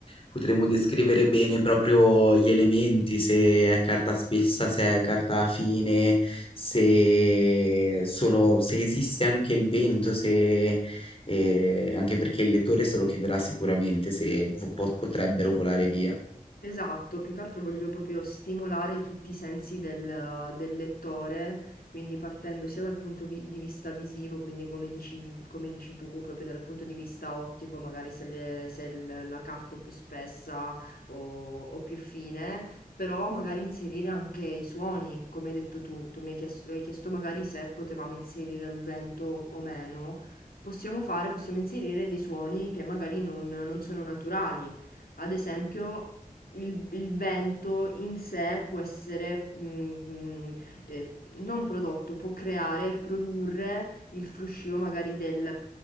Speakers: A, on the left (about 40°); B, on the left (about 85°).
A: Potremmo descrivere bene proprio gli elementi, se è carta spessa, se è carta fine, se, sono, se esiste anche il vento, se, e anche perché il lettore se lo chiederà sicuramente se vo- po- potrebbero volare via.
B: Esatto, più che altro voglio proprio stimolare tutti i sensi del del lettore, quindi partendo sia dal punto vi di vista visivo, quindi come dici come dici tu, proprio dal punto di vista ottico, magari se le se il la carta è più spessa o o più fine, però magari inserire anche i suoni, come hai detto tu. Tu mi hai chies hai chiesto magari se potevamo inserire il vento o meno. Possiamo fare possiamo inserire dei suoni che magari non non sono naturali. Ad esempio, il il vento in sé può essere, mhmm, ehm, non prodotto, può creare, e produrre il fruscio magari del